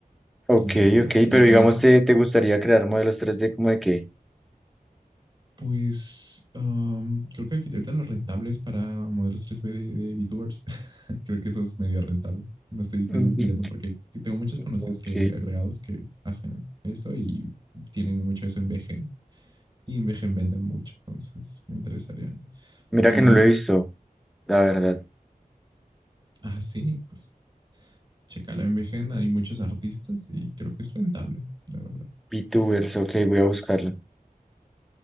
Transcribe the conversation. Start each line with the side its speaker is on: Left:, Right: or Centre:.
Centre: Ok,
Right: quién sabe.
Centre: ok,
Right: Ya
Centre: pero
Right: tener
Centre: digamos, ¿te, te gustaría crear modelos tres d como de qué?
Right: Pues um, creo que aquí ahorita lo rentable es para modelos 3B de, de VTubers. <laughs> creo que eso es medio rentable. No estoy, estoy
Centre: Vi-
Right: viendo porque tengo muchos conocidos
Centre: Ok,
Right: que agregados que hacen eso y tienen mucho eso en VGen. Y en VGen venden mucho. Entonces me interesaría
Centre: mira
Right: aprender
Centre: que no
Right: idiomas.
Centre: lo he visto, la verdad.
Right: Ah, sí, pues checalo en VGen. Hay muchos artistas y creo que es rentable, la verdad.
Centre: VTubers, ok, voy a buscarlo.